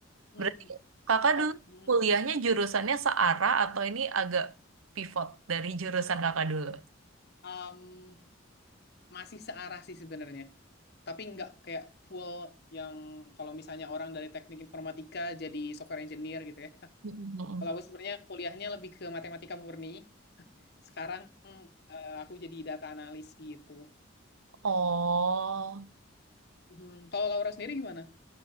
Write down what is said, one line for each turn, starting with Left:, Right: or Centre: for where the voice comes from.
Left: Hmm.
Right: Berarti Kakak
Left: Oh,
Right: dulu
Left: mm.
Right: kuliahnya jurusannya searah atau ini agak pivot dari jurusan Kakak dulu?
Left: Em, masih searah sih sebenarnya, tapi nggak kayak full yang kalau misalnya orang dari teknik informatika jadi software engineer gitu ya.
Right: Mm-mm.
Left: Kalau aku sebenarnya kuliahnya lebih ke matematika murni. Sekarang eh, aku jadi data analis gitu.
Right: Oh.
Left: Hmm, Kalau Laura sendiri gimana?